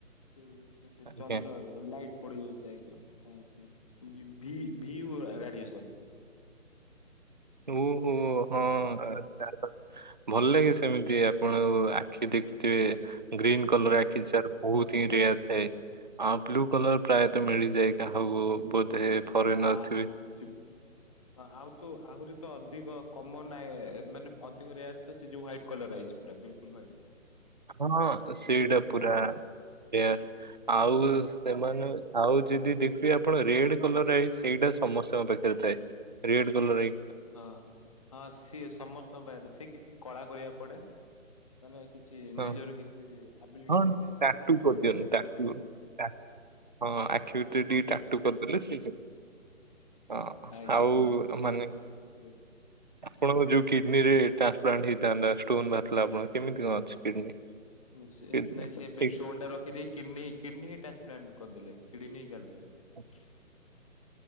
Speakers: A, on the left; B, on the right.
A: ସେଇ କଥା ସେ
B: ଆଜ୍ଞା
A: ଚନ୍ଦ୍ରରୁ ଲାଇଟ୍ ପଡି ଯାଉଛି ଆଜ୍ଞା ହଁ ସେ ଭି ଭି ରାଡ଼ିଏସନ
B: ଉ ହୁଁ ହଁ ଆଛା ଆଛା ଭଲ ଲାଗେ ସେମିତି ଆପଣ ଆଉ ଆଖି ଦେଖିଥିବେ ଗ୍ରୀନ୍ କଲର ଆଖି ଯାର ବହୁତ ହିଁ ରେୟାର ଥାଏ। ହଁ ବ୍ଲୁ କଲର ପ୍ରାୟତଃ ମିଳିଯାଇ କାହାକୁ ବୋଧେ
A: ଆଜ୍ଞା
B: ଫରେନର ଥିବେ।
A: ଆ ଚୁପ ଆଉ ତୁ ଆହୁରି ତ ଅଧିକ କମନ ନା ମାନେ ଅଧିକ ରେୟାର ତ ସେ ଯୋଉ ହ୍ୱାଇଟ୍ କଲର ଆଇଜ୍‌ ପୁରା ବିଲକୁଲ ହ୍ୱାଇଟ୍। ତ
B: ଅପଣ ସେଇଟା ପୁରା ରେୟାର। ଆଉ ସେମାନେ ଆଉ ଯଦି ଦେଖିବେ ଆପଣ ରେଡ କଲର ଆଇଜ ସେଇଟା ସମସ୍ତଙ୍କ ପାଖେ ସେ ଥାଏ ରେଡ କଲର ଆଇ
A: ହଁ, ହଁ ସିଏ ସମସ୍ତ <unintelligible> ସେ କିଛି କଳା କରିବାକୁ ପଡେ ମାନେ କିଛି
B: ହଁ
A: ନିଜର କିଛି ଆବିଲିଟି
B: ହଁ
A: ଦେଖିବାକୁ
B: ଟାଟୁ
A: ପଡେ ତାପରେ
B: କରିଦିଅନ୍ତି
A: ସେ ରେଡ
B: ଟାଟୁ
A: କଲର ଏଲ।
B: ଟା- ହଁ ଆଖି ଭିତରେ ଟିକେ ଟାଟୁ କରିଦେଲେ ସେ ହଁ
A: ଆଜ୍ଞା
B: ଆଉ
A: ଆଜ୍ଞା ବୁଝିଲି
B: ମାନେ
A: ବୁଝିଲି ସେ
B: ଆପଣଙ୍କ ଯୋଉ କିଡନୀ ରେ ଟ୍ରାନ୍ସପ୍ଲାଣ୍ଟ ହେଇଥାନ୍ତା ଷ୍ଟୋନ ବାହାରିଲା ଆପଣଙ୍କ କେମିତି କଣ ଅଛି କିଡନୀ।
A: ସେ
B: କିଡନୀ?
A: ନାଇଁ ସେ ଏବେ
B: ଠିକ
A: ଷ୍ଟୋନଟା ରଖିଦେଇ କିଡନୀ କିଡନୀ ହିଁ ଟ୍ରାନ୍ସପ୍ଲାଣ୍ଟ କରିଦେଲେ କିଡନୀ ହିଁ କାଢିଦେଲେ।
B: <inaudible>
A: <inaudible>